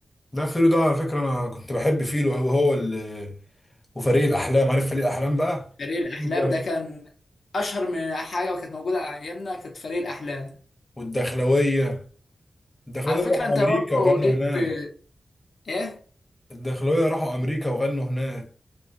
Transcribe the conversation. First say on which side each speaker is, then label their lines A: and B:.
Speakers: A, on the left; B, on the left.
A: ده فيلو ده على فكره انا كنت بحب فيلو او هو اللي وفريق الاحلام عارف فريق الاحلام بقى
B: فريق الاحلام
A: جدع.
B: ده كان اشهر من حاجة وكانت موجودة على ايامنا كانت فريق الاحلام
A: والدخلويه الدخلويه
B: على
A: دول
B: فكرة
A: راحوا
B: انت
A: امريكا
B: برضه
A: وغنوا
B: ليك
A: هناك
B: في ايه
A: الدخلويه راحوا امريكا وغنوا هناك